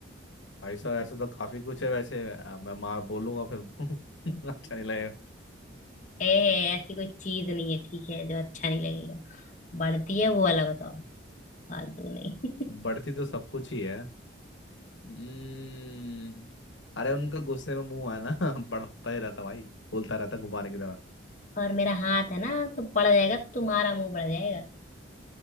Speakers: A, on the left; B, on the left.
A: भाई साहब ऐसे तो काफी कुछ है वैसे अ, मैं माँ बोलूंगा फिर <laughs>
B: <laughs>
A: अच्छा नहीं लगेगा
B: ए ऐसी कोई चीज नहीं है ठीक है जो अच्छा नहीं लगेगा बढ़ती है वो वाला बताओ फालतू नहीं
A: बढ़ती
B: <laughs>
A: तो सब कुछ ही है हम्म अरे उनका गुस्से में मुंह है ना <laughs> बढ़ता ही रहता भाई फूलता रहता गुब्बारे की तरह
B: और मेरा हाथ है ना तो पड़ जाएगा तो तुम्हारा मुंह बढ़ जाएगा